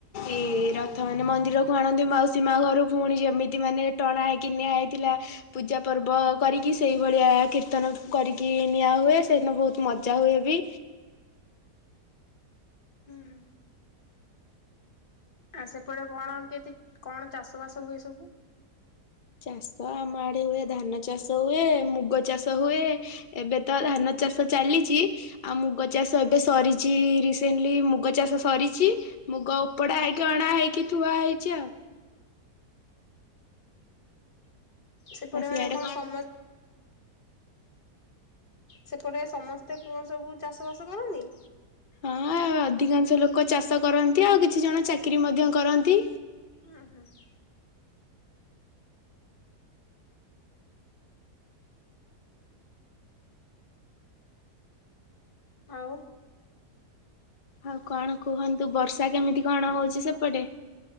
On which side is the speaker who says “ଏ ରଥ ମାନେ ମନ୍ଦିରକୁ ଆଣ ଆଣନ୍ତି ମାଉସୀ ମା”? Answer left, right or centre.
Left